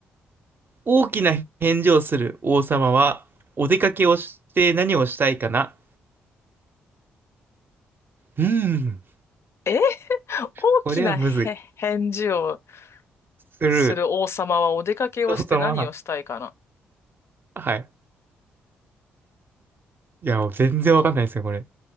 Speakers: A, on the right (about 40°); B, on the left (about 50°).
A: 大きな返事をする王様は、お出かけをして何をしたいかなうーん、
B: え大きなへ返事を
A: これはむずい。する。
B: する王様はお出かけをして何をしたいかな
A: 王様は、はい。いや、全然わかんないですね、これ。